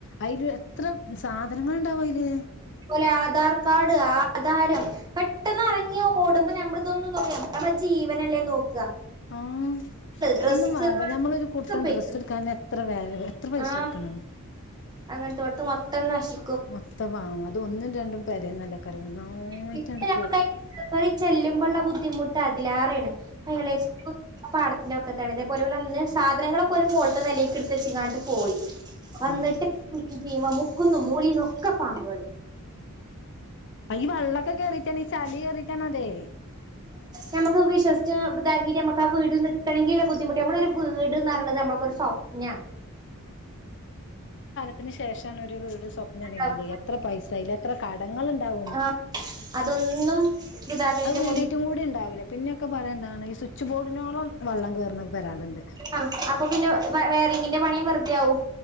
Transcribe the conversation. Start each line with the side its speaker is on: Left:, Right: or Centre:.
Left: അതില് എത്ര സാധനങ്ങൾ ഉണ്ടാവും അതില്
Right: പോലെ ആധാർ കാർഡ് ആ ആധാരം പെട്ടെന്ന് ഇറങ്ങി ഓടുമ്പോ നമ്മൾ ഇതൊന്നും നോ നമ്മൾ നമ്മ ജീവനല്ലേ നോക്കുക
Left: ആഹ്
Right: ഡ്രസ്സുകൾ
Left: ഒന്നും വേണ്ട ഞമ്മളൊരു കുട്ടൻ
Right: ഒക്കെ പോയിക്കും
Left: ഡ്രസ്സ് എടുക്കൻ എത്ര വേ എത്ര പൈസ
Right: ആ
Left: കൊടുക്കണം
Right: അങ്ങനത്തെ ഇവിടുത്ത് മൊത്തം നശി
Left: മൊത്തംവ അത് ഒന്നും രണ്ടും പേരേം നല്ല കരാവു നന്നായിട്ടങ്ങുട്ട്
Right: പിന്നെ കേറി ചെല്ലുമ്പോള്ള ബുദ്ധിമുട്ട് അതിലേറാണ് <unintelligible>
Left: അതിലേറെ
Right: പാടത്തിലോ ഇതേപോലെന്നന്ന് സാധനങ്ങളൊക്കെ ഒരു മോളിത്തെ നിലക്കെടുത്തച്ചങ്ങാട്ട് പോയി വന്നിട്ട്
Left: ആഹ്
Right: <unintelligible> മുക്കുനും മൂളീനും ഒക്കെ പാമ്പുകൾ
Left: അ ഈ വെള്ളൊക്കെ കേറിട്ടന്ന് ഈ ചളി കേറിട്ടാണ് അതെ
Right: നമുക്ക് വിശ്വസിച്ച് ഇതെക്കിട്ട് നമുക്ക് ആ വീടിൽ നിക്കണെങ്കിള്ള ബുധിമുട്ട് നമ്മള ഒരു വീട്ന്ന് പറഞ്ഞത് നമ്മൊക്കൊരു സ്വപ് നാ
Left: അതിനു ശേഷണ് ഒരു വീട് സ്വപ്നണിയണത്
Right: അത്
Left: എത്ര പൈസ അയാലും എത്ര കടങ്ങളുണ്ടാവും
Right: ആഹ് അതൊന്നും ഇതാക്കണീന്റെ
Left: ആ വീടീട്ടും
Right: മുന്നേ
Left: കൂടി ഉണ്ടാവില്ല പിന്നെക്കെ പറയണ എന്താണ് ഈ സ്വി ച്ചുബോഡിനോളം വെള്ളം കയറുന്നാ വരാളുണ്ട്
Right: ആഹ് അപ്പൊ പിന്നെ വയറിങ്ങിന്റെ പണിയും വെറുതെ ആവും